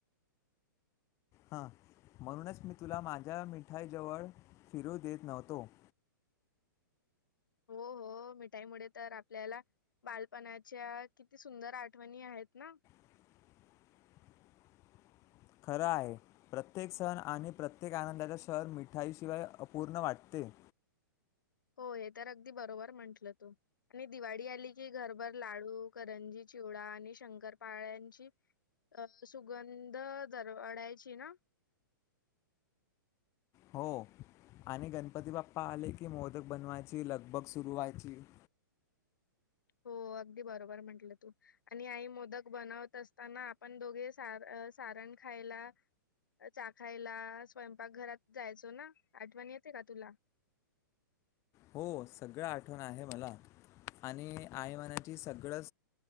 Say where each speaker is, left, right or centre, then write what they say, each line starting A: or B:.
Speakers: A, on the left; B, on the left.
A: हा म्हणूनच मी तुला माझ्या मिठाई जवळ फिरू देत नव्हतो. <inaudible>
B: हो हो मिठाईमुळे तर आपल्याला बालपणाच्या किती सुंदर आठवणी आहेत. य त ना,
A: <inaudible> खरं आहे प्रत्येक सण आणि प्रत्येक आनंदाचा क्षण मिठाई शिवाय अपूर्ण वाटते. <inaudible>
B: हो हे तर अगदी बरोबर म्हंटलं तो आणि दिवाळी आली की घरभर लाडू करंजी चिव डा आणि शंकर पाळ्यांची अ सुगंध दर वेडायची ना,
A: हो. आणि गणपती बाप्पा आले की मोदक बनवायची लगबग सुरू व्हायची <inaudible>
B: हो अगदी बरोबर म्हंटलं तू आणि आई मोदक बनवत असताना. आपण दोघे सार सारण खायला चाखायला स्वयंपाक घरात जायचो ना आठवण येते का तुला
A: हो सगळं आठवण आहे मला आणि आईमानाची सगळं